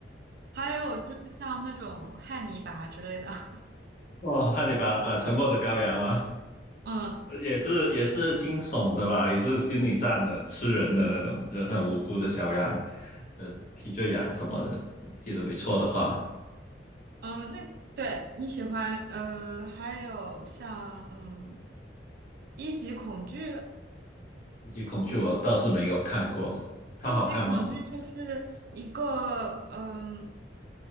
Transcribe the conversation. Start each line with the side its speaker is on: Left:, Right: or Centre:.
Right: 还有就是像那种汉尼拔之类的，
Left: 哇，汉你把呃《沉默的羔羊》吗？
Right: <laughs> 嗯
Left: 也是也是惊悚的吧，也是心理战的，吃人的那种，就很无辜的小羊，呃，替罪羊什么的，我记得没错的话，
Right: 嗯，那对你喜欢呃，还有像嗯一级恐惧。
Left: 《一级恐惧》我倒是没有看过，它好看吗？
Right: 一级恐惧就是一个，嗯，